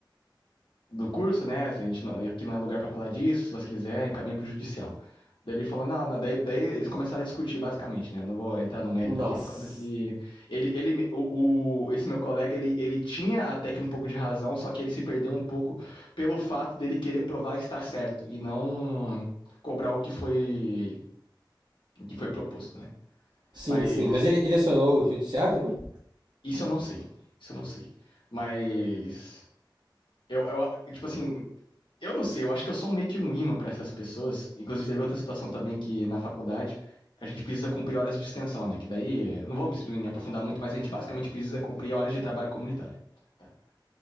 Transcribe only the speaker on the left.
do curso, né? A gente não, aqui não é lugar pra falar disso, se você quiser, encaminha pro judicial. Daí ele falou, não, não, daí, daí eles começaram a discutir basicamente, né? Eu não vou entrar no mérito
aqui por causa que ele, ele, o, o- esse meu colega, ele, ele tinha até que um pouco de razão, só que ele se perdeu um pouco pelo fato dele querer provar estar certo e não cobrar o que foi, o que foi proposto, né?
Mas
isso eu não sei, isso eu não sei. Mas eu, eu tipo assim, Eu não sei, eu acho que eu sou meio que um imã pra essas pessoas. Inclusive, teve outra situação também que na faculdade a gente precisa cumprir horas de extensão, né? Que daí, eh, não vou me me aprofundar muito, mas a gente basicamente precisa cumprir horas de trabalho comunitário. tá?